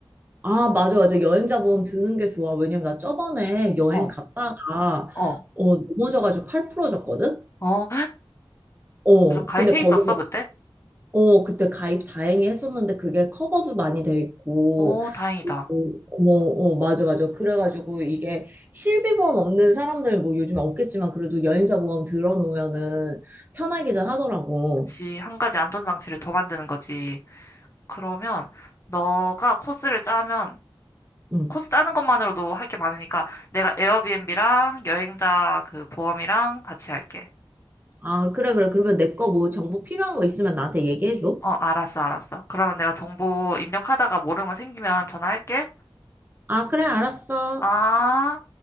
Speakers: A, on the right; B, on the left.
A: 아, 맞아, 맞아. 여행자 보험 드는 게 좋아. 왜냐면 나 저번에 여행
B: 어,
A: 갔다가,
B: 어,
A: 어, 넘어져가지고 팔 부러졌거든?
B: 어.
A: 어,
B: 그래서 가입해
A: 근데 거기서,
B: 있었어,
A: 막-
B: 그때?
A: 어, 그때 가입 다행히 했었는데 그게 커버도 많이 돼 있고,
B: 오, 다행이다.
A: 그리고, 어, 어, 맞아, 맞아. 그래가지고 이게 실비보험 없는 사람들 뭐 요즘에 없겠지만 그래도 여행자 보험 들어놓으면은 편하기는 하더라고.
B: 그치, 한 가지 안전장치를 더 만드는 거지. 그러면 너가 코스를 짜면
A: 응.
B: 코스 짜는 것만으로도 할 게 많으니까 내가 에어비앤비랑 여행자 그 보험이랑 같이 할게.
A: 아, 그래, 그래. 그러면 내 거 뭐 정보 필요한 거 있으면 나한테 얘기해줘.
B: 어, 알았어, 알았어. 그러면 내가 정보 입력하다가 모르는 거 생기면 전화할게.
A: 아, 그래, 알았어.
B: 아.